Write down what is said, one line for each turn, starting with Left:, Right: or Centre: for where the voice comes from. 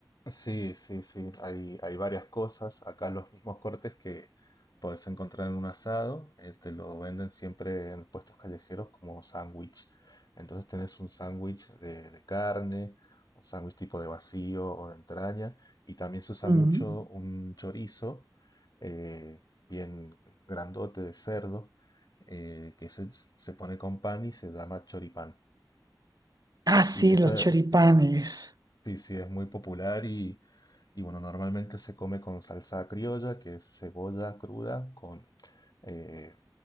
Left: Sí, sí, sí, hay, hay varias cosas. Acá los mismos cortes que puedes encontrar en un asado, eh, te lo venden siempre en puestos callejeros como sándwich. Entonces tenés un sándwich de, de carne, un sándwich tipo de vacío o de entraña, y también se usa
Right: Mm.
Left: mucho un chorizo eh, bien grandote de cerdo, eh, que se, se pone con pan y se llama choripán.
Right: Ah, sí,
Left: Y eso,
Right: los choripanes.
Left: Sí, sí, es muy popular y, y bueno, normalmente se come con salsa criolla, que es cebolla cruda con eh,